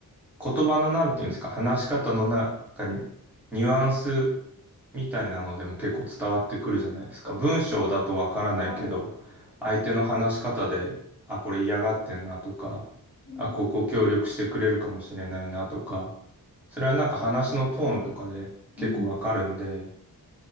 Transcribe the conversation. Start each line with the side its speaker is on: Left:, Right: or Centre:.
Centre: 言葉のなんていうんですか、話し方の中にニュアンスみたいなのでも結構伝わってくるじゃないですか。文章だとわからないけど、
Left: はい、
Centre: 相手の話し方で、あ、これ嫌がってんなとか、
Left: うん、
Centre: あ、ここ協力してくれるかもしれないなとか、それはなんか話のトーンとかで結構わかるんで、
Left: うん、